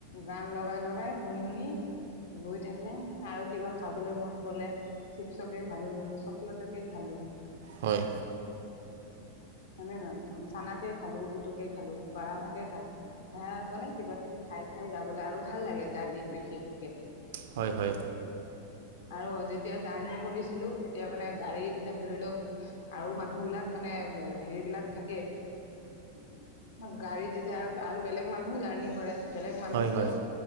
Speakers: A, on the left; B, on the right.
A: গান লগাই লগাই শুনি শুনি গৈ থাকে আৰু কিবা খাব। মন গলে চিপছকে খালো বোলো চকলেটকে খালো।
B: হয়।
A: উম উ হয়নেে নহয় উম চানাকে খালো বুটুকে খালো বাৰামুকে খালো হে ক নে কিবা কিবি খাই খাই যাবলৈ আৰু ভাল লাগে জাৰ্নিত বিশেষকে
B: হয় হয়
A: আৰু যেতিয়া জাৰ্ণি কৰিছিল। ছিলো তেতিয়া মানে গাড়ীত ধৰি লওক আৰু মানুহ বিলাক মানে হেৰি বিলাক থাকে গাড়ীত যেতিয়া আৰু বেলেগ মানুহো জাৰ্ণি কৰে বেলেগ মানুহতো
B: হয় হয়